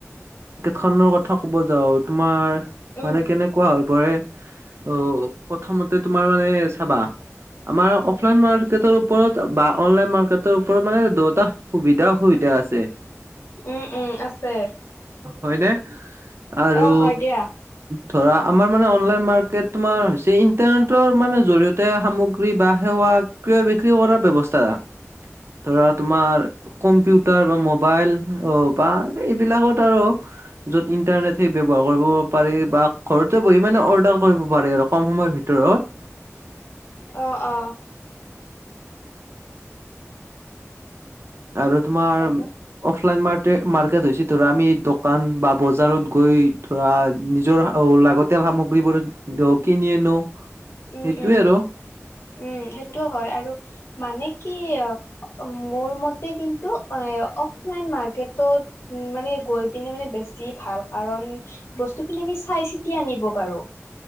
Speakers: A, on the right; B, on the left.
A: দেশখনৰ কথা ক'ব যাওঁ, তোমাৰ
B: উম
A: মানে কেনেকুৱা হয়? কোৱাহে, অ, প্ৰথমতে তোমাৰ মানে চাবা আমাৰ অফলাইন মাৰ্কেটৰ ওপৰত বা অনলাইন মাৰ্কেটৰ ওপৰত মানে দুয়োটা সুবিধা অসুবিধা আছে।
B: উম-উম, আছে।
A: হয়নে? আৰু
B: অ হয় দিয়া
A: ধৰা আমাৰ মানে অনলাইন মাৰ্কেট তোমাৰ হৈছে ইন্টাৰনেটৰ মানে জৰিয়তে তে সেই সামগ্ৰী বা সেৱা ক্ৰয় বিক্ৰী কৰাৰ ব্যৱস্থা। ধৰা তোমাৰ কম্পিউটাৰ বা মোবাইল অ', বা এইবিলাকত আৰু য'ত ইন্টাৰনেট সেই ব্যৱহাৰ কৰিব পাৰি বা ঘৰতে বহি মানে অৰ্ডাৰ কৰিব পাৰে আৰু কম সময়ৰ ভিতৰত।
B: অ'-অ'।
A: আৰু তোমাৰ
B: হেল্ল'
A: অফলাইন মাৰ্ট-মাৰ্কেট হৈছে ধৰা আমি দোকান বা বজাৰত গৈ বা নিজৰ লাগতিয়াল সামগ্ৰীবোৰ কিনি আনোঁ‌।
B: উম
A: সেইটোৱে
B: উম
A: আৰু।
B: উম' সেইটো হয়, আৰু। মানে কি, মোৰ মতে কিন্তু অফলাইন মাৰ্কেটত উম, মানে গৈ পিনে মানে বেছি ভাল, কাৰণ বস্তুখিনি আমি, চাই-চিতি আনিব পাৰোঁ‌।